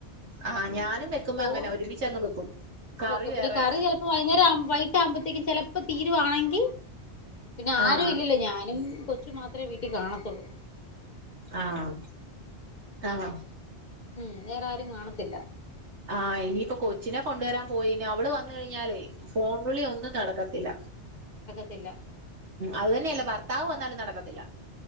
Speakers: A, on the right (about 75°); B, on the left (about 40°).
A: ആഹ്
B: മ്
A: ഞാനും
B: അപ്പം
A: വെക്കുമ്പോ
B: ചോറും
A: അങ്ങനെ ഒരുമിച്ചങ്ങ് വെക്കും കറി
B: വെക്കും
A: വേറെ
B: പിന്നെ കറി ചെലപ്പോ വൈകുന്നേരം ആവും വൈകിട്ടാമ്പഴത്തേക്കും ചെലപ്പോ തീരുവാണെങ്കി പിന്നെ
A: ആഹ്
B: ആരും
A: ആഹ്
B: ഇല്ലല്ലോ ഞാനും കൊച്ചും മാത്രേ വീട്ടി കാണത്തൊള്ളൂ
A: ആഹ് ആണോ
B: ഉം വേറാരും കാണത്തില്ല
A: ആ ഇനീപ്പോ കൊച്ചിനെ കൊണ്ടുവരാൻ പോയിന് അവള് വന്നു കഴിഞ്ഞാലേ ഫോൺ വിളി ഒന്നും നടക്കത്തില്ല
B: ത്തില്ല.
A: അതുതന്നെയല്ല ഭർത്താവ് വന്നാലും നടക്കത്തില്ല.